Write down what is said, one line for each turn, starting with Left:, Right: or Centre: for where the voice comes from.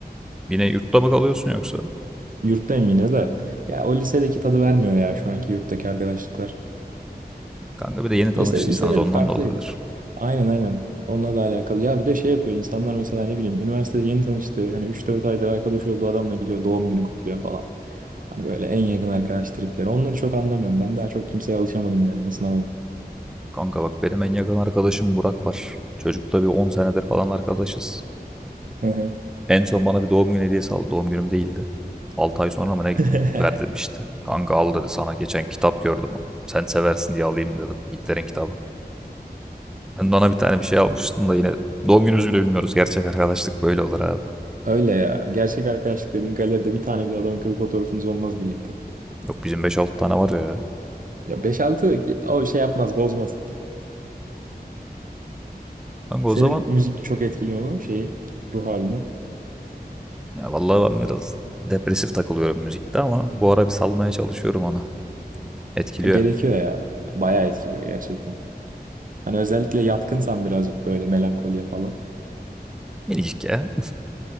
Centre: Yine yurtta mı kalıyorsun yoksa?
Right: Yurttayım yine de. Ya o lisedeki tadı vermiyor ya şu anki yurttaki arkadaşlıklar.
Centre: Kanka bir de yeni tanıştıysanız
Right: Lise, lisede
Centre: ondan
Right: bir farklıydı.
Centre: da olabilir.
Right: Aynen aynen. Onunla da alakalı. Ya bir de şey yapıyor insanlar mesela ne bileyim üniversitede yeni tanıştığı yani üç dört aydır arkadaş olduğu adamla gidiyor doğum günü kutluyor falan. Hani böyle en yakın arkadaş tripleri. Onları çok anlamıyorum. Ben daha çok kimseye alışamadım yani ısınamadım.
Centre: Kanka bak benim en yakın arkadaşım Burak var. Çocukla bir 10 senedir falan arkadaşız.
Right: Hı hı.
Centre: En son bana bir doğum günü hediyesi aldı. Doğum günüm değildi. 6 ay sonra
Right: <laughs>
Centre: mı ne verdim işte. Kanka al dedi sana geçen kitap gördüm. Sen seversin diye alayım dedim. Hitler'in kitabı. Sen bana bir tane bir şey almıştın da yine doğum günümüzü bile bilmiyoruz. Gerçek arkadaşlık böyle olur abi.
Right: Öyle ya. Gerçek arkadaşlık dediğin galeride bir tane bile adam akıllı fotoğrafınız olmaz birlikte.
Centre: Yok bizim beş altı tane var ya.
Right: Ya beş altı o şey yapmaz bozmaz.
Centre: Kanka
Right: Senin
Centre: o zaman
Right: müzik çok etkiliyor mu şeyi ruh halini?
Centre: Ya vallahi ben biraz depresif takılıyorum müzikte ama bu ara bir salmaya çalışıyorum onu. Etkiliyor.
Right: E, Gerekiyor ya. Bayağı etkiliyor gerçekten. Hani özellikle yatkınsan birazcık böyle melankoliye falan.
Centre: Minicik ya.